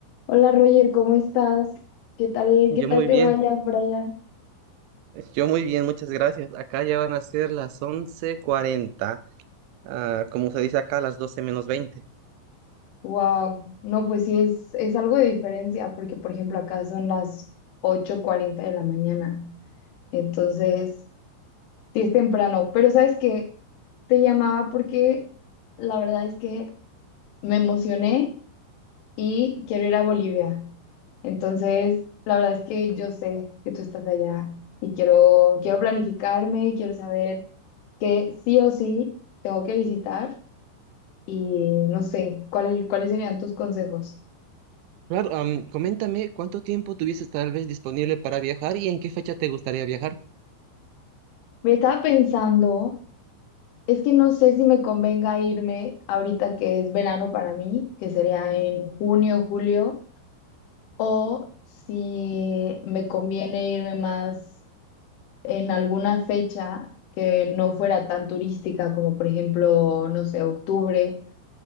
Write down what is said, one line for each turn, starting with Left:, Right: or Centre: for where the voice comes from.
Left: Hola Roger, ¿cómo estás? ¿Qué tal,
Right: Yo
Left: qué tal
Right: muy
Left: te
Right: bien,
Left: vaya por allá?
Right: yo muy bien, muchas gracias. Acá ya van a ser las 11:40, ah, como se dice acá, las 12 menos 20.
Left: Wow, no, pues sí es, es algo de diferencia, porque por ejemplo acá son las ocho cuarenta de la mañana, entonces sí es temprano, pero sabes que te llamaba porque la verdad es que me emocioné y quiero ir a Bolivia, entonces la verdad es que yo sé que tú estás allá y quiero, quiero planificarme y quiero saber que sí o sí tengo que visitar Y no sé, ¿cuál, cuáles serían tus consejos?
Right: Claro, am, coméntame cuánto tiempo tuvieses tal vez disponible para viajar y en qué fecha te gustaría viajar.
Left: Me estaba pensando, es que no sé si me convenga irme ahorita que es verano para mí, que sería en junio, julio, o si me conviene irme más en alguna fecha que no fuera tan turística, como por ejemplo, no sé, octubre,